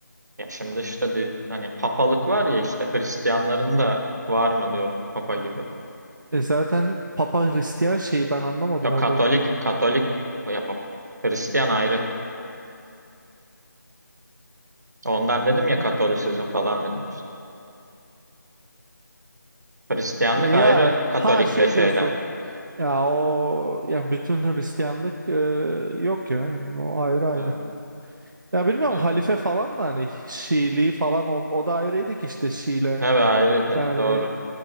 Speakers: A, on the right; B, on the right.
A: Ya şimdi işte de- hani papalık var ya işte Hristiyanların da var mı diyorum Papa gibi.
B: E zaten Papa Hristiyan şeyi ben anlamadım
A: Yok
B: orada.
A: Katolik, Katolik ya Papa. Hristiyan ayrı. Ondan dedim ya Katolisizm falan dedim işte. Hristiyanlık
B: E Ya
A: ayrı Katolik
B: ha şey
A: ve şeyden.
B: diyorsun. Ya o yani bütün Hristiyanlık e, yok ya. Hani o ayrı ayrı.
A: Evet,
B: Ya bilmiyorum
A: evet.
B: halife falan da hani Şiiliği falan o, o da ayrıydı ki işte Şiile.
A: Tabii ayrıydı.
B: Yani
A: Doğru.